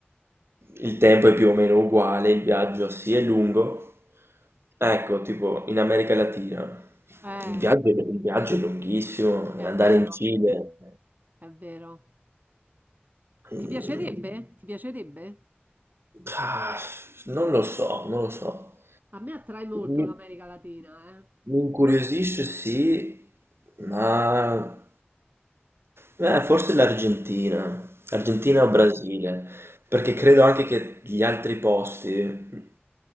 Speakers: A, on the right; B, on the right.
A: Il tempo è più o meno uguale, il viaggio sì è lungo. Ecco, tipo in America Latina
B: Eh,
A: il viaggio, il viaggio è lunghissimo,
B: è
A: andare
B: vero,
A: in Cile.
B: è vero.
A: mm,
B: Ti piacerebbe? Ti piacerebbe?
A: Ah, non lo so, non lo so.
B: A me attrae molto
A: Mi,
B: l'America Latina, eh.
A: mi incuriosisce sì, ma eh, forse l'Argentina, Argentina
B: Mm-mm.
A: o Brasile, perché credo anche che gli altri posti